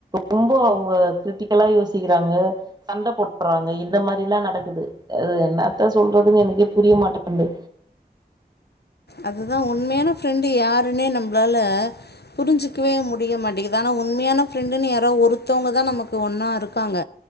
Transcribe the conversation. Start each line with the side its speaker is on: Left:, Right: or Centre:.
Right: ரொம்போ அவங்க கிரிட்டிக்கலா யோசிக்கிறாங் க சண்ட போட்டுறாங்க இந்த மாரில்லா நடக்குது அது என்னாத்த சொல்றதுனே எனக்கே புரிய மாட்டேங்குது
Left: அதுதா உண்மையான ஃப்ரெண்டு யாருன்னே நம்ளால புரிஞ்சுக்கவே முடிய மாட்டிங்குது ஆனா உண்மையான ஃப்ரெண்டுன்னு யாரோ ஒருத்தவங்கதா நமக்கு ஒன்னா இருக்காங்க